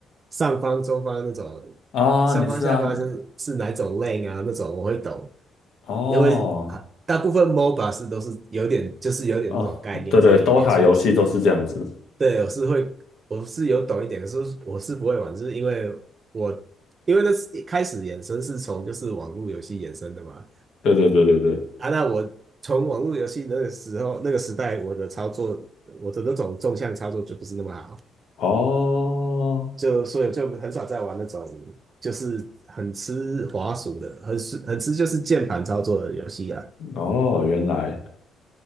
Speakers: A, on the right; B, on the left.
A: 上方、中方那种，
B: 啊，
A: 上方、
B: 你是啊，
A: 下方是是哪一种 lane 啊那种我会懂，
B: 哦
A: 因为啊大部分 MOBA 是都是有点就是有点那种概念在里面，
B: 哦，对对，DOTA
A: 所以我是
B: 游戏都是这样子。
A: 对我是会我是有懂一点，可是我是不会玩，就是因为我因为那是一开始衍生是从就是网络游戏衍生的嘛，
B: 对对对对对，
A: 啊，那我从网络游戏那个时候那个时代，我的操作，我的那种纵向操作就不是那么好，
B: 哦
A: 就所以就很少在玩那种就是很吃滑鼠的，很吃很吃就是键盘操作的游戏啊。
B: 哦，原来